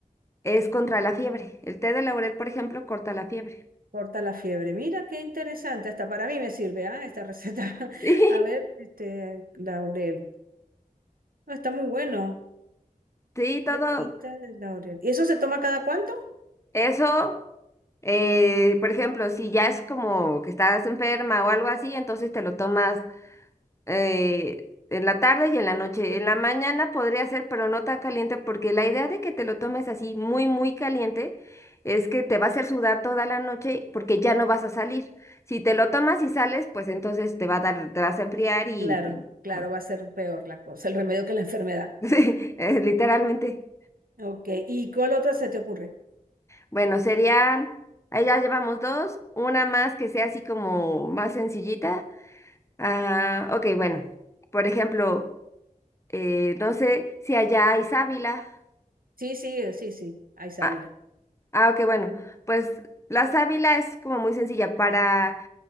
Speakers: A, on the left; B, on the right.
A: es contra la fiebre. El té de laurel, por ejemplo, corta la fiebre. <laughs>
B: Corta la fiebre. Mira qué interesante. Hasta para mí me sirve, ah, Esta receta. <laughs>
A: Sí,
B: A ver, este, laurel. Ah, está muy bueno.
A: sí, todo
B: Hierbita de laurel. ¿Y eso se toma cada cuánto?
A: eso. eh, por ejemplo, si ya es como que estás enferma o algo así, entonces te lo tomas eh, en la tarde y en la noche. En la mañana podría ser, pero no tan caliente, porque la idea de que te lo tomes así muy, muy caliente es que te va a hacer sudar toda la noche porque ya no vas a salir. Si te lo tomas y sales, pues entonces te va a dar, te vas a enfriar y
B: Claro,
A: te-
B: claro,
A: ajá.
B: va a ser peor la cosa, el remedio que la <laughs> enfermedad.
A: <laughs> Sí, eh, literalmente.
B: Ok. ¿Y cuál otra se te ocurre?
A: Bueno, serían, ahí ya llevamos dos, una más que sea así como más sencillita. Ah, ok, bueno, por ejemplo, eh, no sé si allá hay sábila.
B: Sí, sí, eh, sí, sí. Hay sábila.
A: Ah, ah, ok, bueno, pues la sábila es como muy sencilla para